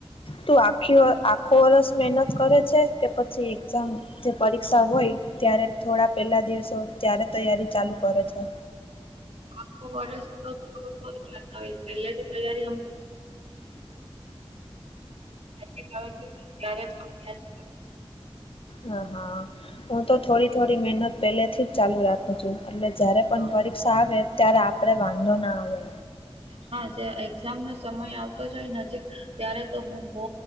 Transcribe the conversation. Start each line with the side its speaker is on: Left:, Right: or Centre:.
Left: તું આખી આખો વર્ષ મહેનત કરે છે કે પછી એક્ઝામ જે પરીક્ષા હોય ત્યારે થોડા પેલા દિવસો ત્યારે તૈયારી ચાલુ કરે છે.
Right: આખો વર્ષ તો થોડું થોડું જતા હોય પેલા જે તૈયારીમ ત્યારે અભ્યાસ
Left: હા હા હું તો થોડી થોડી મહેનત પેલે થી જ ચાલુ રાખું છું એટલે જયારે
Right: હા
Left: પણ પ આવે ત્યારે આપણે વાંધો ના આવે
Right: હા એક્ઝામ નો સમય આવતો જાય નજીક ત્યારે તો હું બઉ